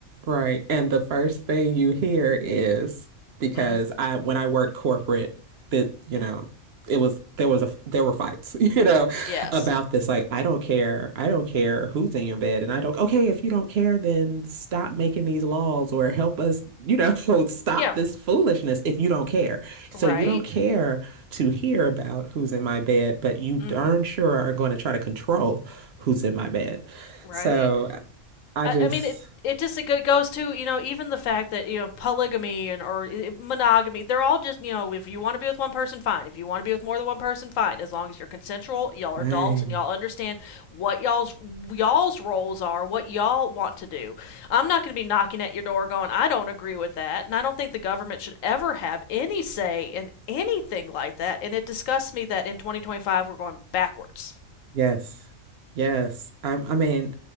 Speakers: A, on the right; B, on the left.
A: Right. And the first thing you hear is because
B: Mm,
A: I when I worked corporate that you know it was there was a there were fights <laughs> you know
B: yes.
A: about this like I don't care I don't care who's in your bed and I don't okay if you don't care then stop making these laws or help us you know <laughs> stop
B: Yeah.
A: this foolishness if you don't care so
B: Right.
A: you don't care to hear about who's in my bed but you
B: Mm-hmm.
A: darn sure are going to try to control who's in my bed
B: Right.
A: so I
B: I,
A: just
B: I mean, it it just it goes to you know even the fact that you know polygamy and or eh, monogamy they're all just you know if you want to be with one person fine if you want to be with more than one person fine as long as you're consensual y'all are
A: Dang.
B: adults and y'all understand what y'all's y'all's roles are what y'all want to do i'm not going to be knocking at your door going i don't agree with that and i don't think the government should ever have any say in anything like that and it disgusts me that in 2025 we're going backwards
A: Yes. Yes. I, I mean,